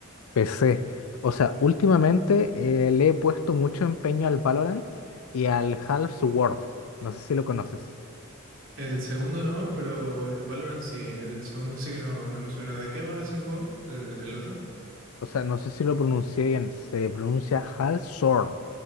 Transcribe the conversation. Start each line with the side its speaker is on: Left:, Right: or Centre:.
Left: PC. O sea, últimamente eh, le he puesto mucho empeño al Valorant y al Half-Sword. No sé si lo conoces.
Right: El segundo no, pero el Valorant sí. El segundo sí que no, no me suena. ¿De qué va ese juego? ¿El, el otro?
Left: o sea, no sé si lo pronuncié bien, se pronuncia Hal Sword.